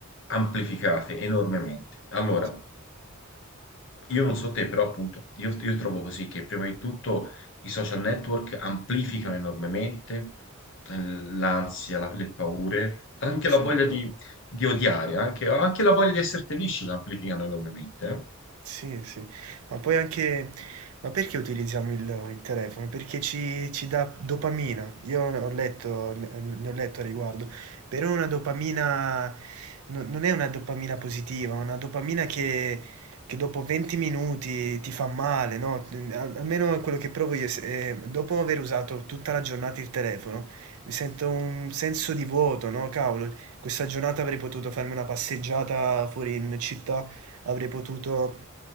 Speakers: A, on the left; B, on the right.
A: amplificate enormemente. Allora,
B: okay,
A: io non so te, però appunto, io, io trovo così che prima di tutto i social network amplificano enormemente ehm, l'ansia, la- le paure, anche
B: son
A: la voglia
B: d'accordo.
A: di, di odiare, anche, anche la voglia di essere felici la amplificano enormemente.
B: Sì, sì. Ma poi anche ma perché utilizziamo il il telefono? Perché ci ci dà dopamina. Io ho letto ne ne ho letto a riguardo, però è una dopamina no non è una dopamina positiva, è una dopamina che che dopo 20 minuti ti fa male, no, n al almeno quello che provo io s ehm, dopo aver usato tutta la giornata il telefono, mi sento un senso di vuoto, no: "Cavolo, questa giornata avrei potuto farmi una passeggiata fuori in città, avrei potuto